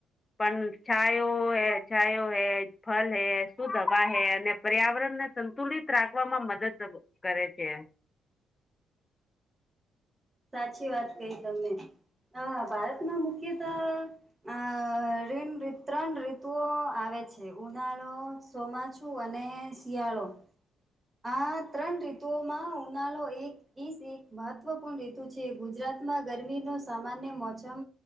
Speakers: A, on the left (about 25°); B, on the right (about 20°).
A: પણ છો હૈ છાયો હૈ, ફલ હૈ, શુદ્ધ હવા હૈ અને પર્યાવરણ ને સંતુલિત રાખવામાં મદદ કરે છે. <inaudible>
B: સાચી વાત કહી તમને. અ ભારતમાં મુખ્યત આ રણ ત્રણ ઋતુઓ આવે છે ઉનાળો સોમાછું અને શિયાળો આ ત્રણ તુઓમાં ઉનાળો એક ઈસ એક મહત્વ રેતુ છે ગુજરાતમાં ગરમી ન સામાન્ય મોસમ